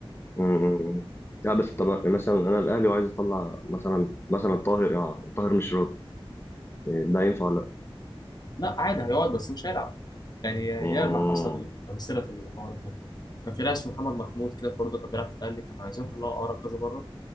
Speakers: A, on the left; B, on the left.
A: امم لا بس طب مثلا انا الاهلي وعايز اطلع مثلا مثلا طاهر اه طاهر مش راضي إيه، ده ينفع ولا لا
B: لا عادي هيقعد بس مش هيلعب يعني ياما
A: امم
B: حصل امثله في الحوار ده كان في لاعب اسمه محمد محمود كده برضه كان بيلعب في الاهلي كان عايزين يطلعوا اقرا كذا بره